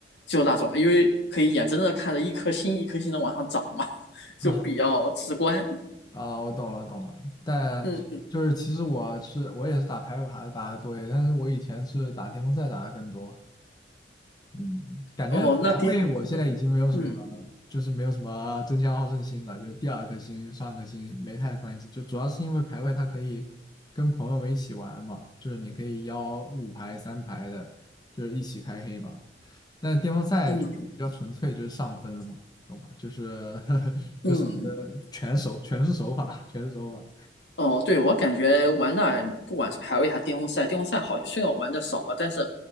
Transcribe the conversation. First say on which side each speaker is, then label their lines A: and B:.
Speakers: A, on the left; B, on the left.
A: 就那种，因为可以眼睁睁的看着一颗星一颗星的往上涨嘛，就比较直观。
B: <laughs> 啊，我懂了，懂了。但就是其实我是我也是打排位牌打的多一些，
A: 嗯，
B: 但是我以前是打巅峰赛打的更多。嗯，感觉排位我现在已经没有什么，
A: 哦，那边，嗯
B: 就是没有什么争强好胜心了，就是第二颗星、上颗星没太关系。就主要是因为排位它可以跟朋友们一起玩嘛，就是你可以邀五排、三排的，就是一起开黑嘛。但是巅峰赛就比较纯粹，
A: 嗯
B: 就是上分了嘛，懂吗？就是 <laughs>
A: 嗯，
B: 就是全手全是手法，全是手法。
A: 哦，对我感觉玩那不管是排位还是巅峰赛，巅峰赛好像虽然我玩的少吧，但是，